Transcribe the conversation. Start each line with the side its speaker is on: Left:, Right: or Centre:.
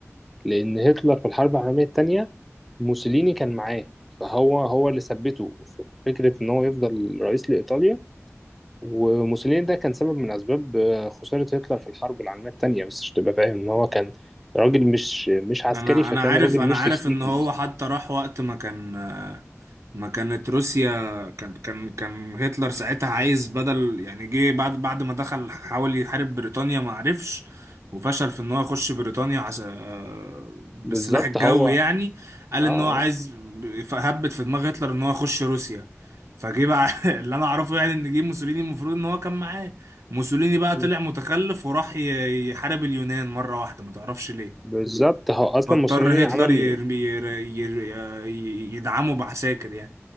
Centre: لان هتلر في الحرب العالمية التانية موسوليني كان معاه فهو هو اللي ثبته في فكرة ان هو يفضل رئيس لإيطاليا وموسوليني ده كان سبب من أسباب آه، خسارة هتلر في الحرب العالمية التانية بس عشان تبقى فاهم إن هو كان راجل مش مش عسكري
Right: انا
Centre: فكان
Right: انا عارف
Centre: راجل
Right: انا
Centre: مش
Right: عارف
Centre: تكتيكي
Right: ان هو حتى راح وقت ما كان ما كانت روسيا كان كان كان هتلر ساعتها عايز بدل يعني جه بعد بعد ما دخل حاول يحارب بريطانيا ما عرفش وفشل في ان هو يخش بريطانيا عس... آه، بالسلاح
Centre: بالظبط
Right: الجوي
Centre: هو اه
Right: يعني قال
Centre: آه.
Right: ان هو عايز هبت في دماغ هتلر ان هو يخش روسيا فجه بقى <laughs> اللي انا اعرفه يعني ان جه موسوليني المفروض ان هو كان معاه موسوليني بقى
Centre: مم.
Right: طلع متخلف وراح ي- يحارب اليونان مرة واحدة ما تعرفش ليه
Centre: بالظبط هو اصلا
Right: فاضطر
Centre: موسوليني عمل
Right: هتلر يرمي ير- ير- آه، ي- يدعمه بعساكر يعني